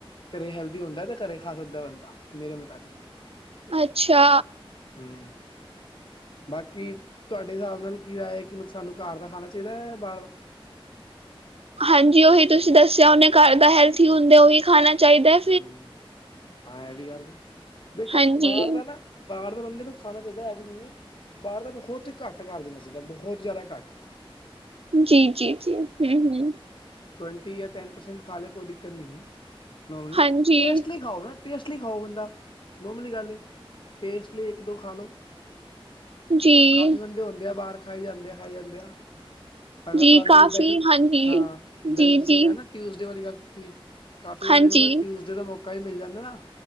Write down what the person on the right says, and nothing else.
ਅੱਛਾ।
ਹਾਂਜੀ ਉਹੀ ਤੁਸੀਂ ਦੱਸਿਆ ਹੁਣੇ ਘਰ ਦਾ ਹੈਲਥੀ ਹੁੰਦਾ ਉਹੀ ਖਾਣਾ ਚਾਹੀਦੈ।
ਹਾਂਜੀ
ਜੀ ਜੀ ਜੀ ਹੁੰ ਹੁੰ
ਹਾਂਜੀ
ਜੀ
ਜੀ
ਕਾਫੀ
ਹਾਂਜੀ
ਜੀ
ਜੀ
ਹਾਂਜੀ